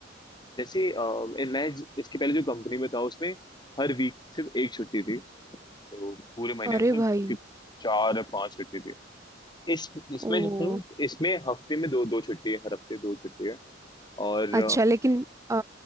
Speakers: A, on the left; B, on the right.
A: जैसे अ, मैं ज- इसके पहले जो कंपनी में था उसमें हर वीक सिर्फ एक छुट्टी थी तो पूरे महीने
B: अरे
A: में सिर्फ
B: भाई
A: चार या पांच छुट्टी थी इस इसमें
B: ओ
A: जो हूँ इसमें हफ्ते में दो दो छुट्टी है हर हफ्ते दो छुट्टी है और
B: अच्छा लेकिन अ,